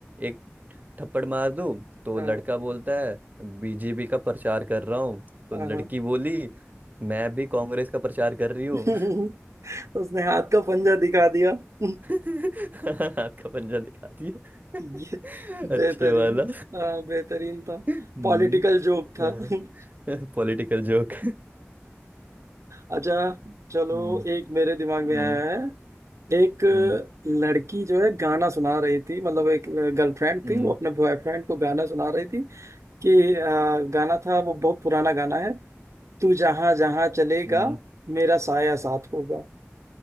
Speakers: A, on the right (about 35°); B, on the right (about 80°).
A: एक थप्पड़ मार दूँ तो
B: हाँ
A: लड़का बोलता है बीजेपी का प्रचार कर रहा हूँ तो
B: हाँ
A: लड़की
B: हाँ।
A: बोली मैं भी कांग्रेस का प्रचार कर रही हूँ
B: <laughs> उसने हाथ का पंजा दिखा दिया <laughs>
A: <laughs> हाथ का पंजा दिखा दिया
B: ये
A: <laughs>
B: बेहतरीन
A: अच्छे वाला
B: हाँ बेहतरीन था
A: हम्म
B: पॉलिटिकल जोक था
A: हाँ।
B: <laughs>
A: <laughs> Political joke
B: अच्छा चलो
A: हम्म
B: एक मेरे दिमाग में
A: हम्म
B: आया है एक
A: हम्म
B: लड़की जो है गाना सुना रही थी मतलब एक गर्लफ्रेंड
A: हम्म
B: थी वो अपने बॉयफ्रेंड को गाना सुना रही थी कि आ, गाना था वो बहुत पुराना गाना है तू जहां जहां चलेगा
A: हम्म
B: मेरा साया साथ होगा